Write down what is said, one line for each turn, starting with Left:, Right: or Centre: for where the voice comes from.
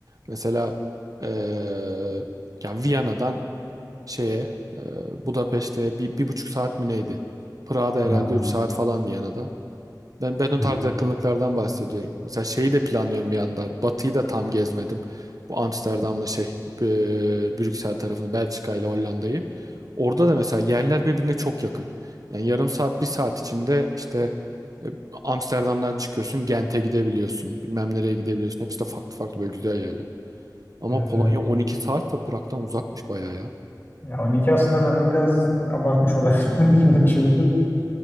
Right: Mesela eee yani Viyana'dan şeye e, Budapeşte'ye bir, bir buçuk saat mi neydi? Prag'da herhalde
Left: Man-
Right: 3 saat falan Viyana'dan. Ben, ben o
Left: Yok.
Right: tarz yakınlıklardan bahsediyorum. Mesela şeyi de planlıyorum bir anda. Batı'yı da tam gezmedim. Bu Amsterdam'la şey e, Brüksel tarafını Belçika ile Hollanda'yı. Orada da mesela yerler birbirine çok yakın. Yani yarım saat bir saat içinde işte e, Amsterdam'dan çıkıyorsun Gent'e gidebiliyorsun. Bilmem nereye gidebiliyorsun. Hepsi de farklı farklı böyle güzel yerler. Ama
Left: Evet
Right: Polonya
Left: evet.
Right: 12 saat de Prag'dan uzakmış bayağı ya.
Left: Ya 12 aslında ben biraz abartmış olabilirim <laughs> şimdi düşününce de.